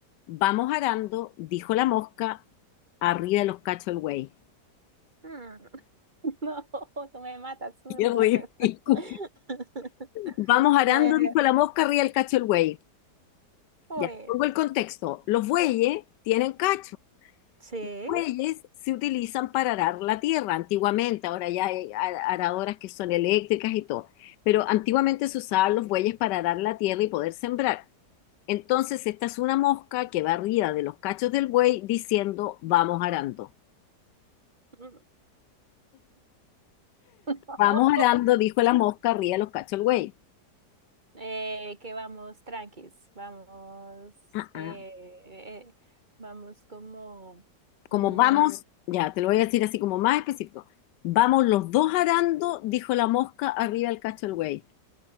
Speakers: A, on the left; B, on the right.
A: vamos arando, dijo la mosca, arriba de los cachos el güey.
B: Mm, <laughs> No, tú me matas. no.
A: <laughs> Qué ridículo.
B: <laughs>
A: Vamos arando,
B: Eh,
A: dijo la mosca, arriba del cacho el buey.
B: Uy.
A: Ya, pongo el contexto. Los bueyes tienen cacho.
B: sí.
A: bueyes se utilizan para arar la tierra antiguamente, ahora ya hay a- aradoras que son eléctricas y todo, pero antiguamente se usaban los bueyes para arar la tierra y poder sembrar. Entonces, esta es una mosca que va arriba de los cachos del buey diciendo, vamos arando.
B: Mm. <laughs>
A: Vamos arando, dijo la mosca arriba de los cachos del buey.
B: Eh, que vamos tranquis, vamos,
A: Ah, ah.
B: eh, eh, vamos como,
A: Como
B: mm,
A: vamos, ya te lo voy a decir así como más específico. Vamos los dos arando, dijo la mosca arriba del cacho del buey.